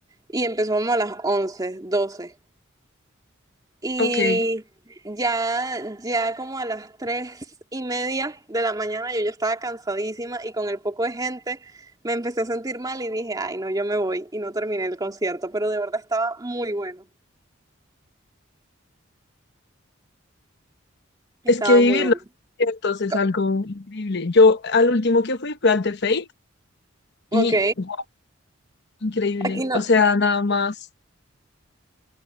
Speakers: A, on the right (about 20°); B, on the left (about 55°).
A: y empezó como a las 11 12 y
B: Ok.
A: ya, ya como a las tres y media de la mañana yo ya estaba cansadísima y con el poco de gente me empecé a sentir mal y dije, ay, no, yo me voy y no terminé el concierto, pero de verdad estaba muy bueno, estaba
B: Es que vivir
A: muy bueno.
B: los conciertos es
A: Co-
B: algo increíble. Yo al último que fui fue al de Fate
A: Ok,
B: y guau, increíble.
A: aquí no,
B: O sea, nada más